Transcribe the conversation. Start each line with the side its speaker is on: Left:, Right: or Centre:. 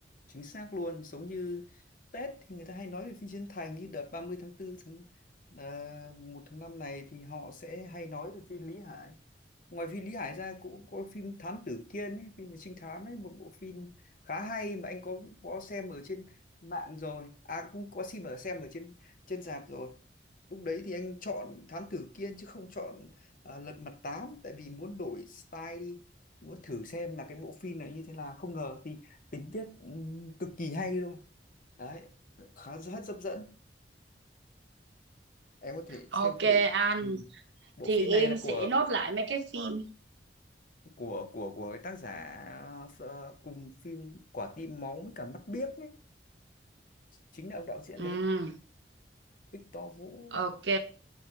Left: chính xác luôn giống như Tết thì người ta hay nói về phim Chiến Thành như đợt 30 tháng tư tháng à, 1 tháng 5 này thì họ sẽ hay nói về phim Lý Hải ngoài phim Lý Hải ra cũng có phim Thám Tử Kiên ấy, phim về trinh thám ấy một bộ phim khá hay mà anh có có xem ở trên mạng rồi à cũng có xem ở xem ở trên trên rạp rồi lúc đấy thì anh chọn Thám Tử Kiên chứ không chọn à, Lật Mặt Tám tại vì muốn đổi style đi muốn thử xem là cái bộ phim này như thế nào. không ngờ thì tình tiết ừm, cực kỳ hay luôn đấy khá rất hấp dẫn em có thể
Right: Ok
Left: xem thử
Right: anh
Left: ừ. bộ
Right: thì
Left: phim
Right: em
Left: này là của
Right: sẽ nốt lại mấy cái phim
Left: của của của cái tác giả ờ, cùng phim Quả tim máu với cả Mắt biếc ấy chính là ông đạo diễn
Right: Ừm,
Left: đấy Victor Vũ
Right: ok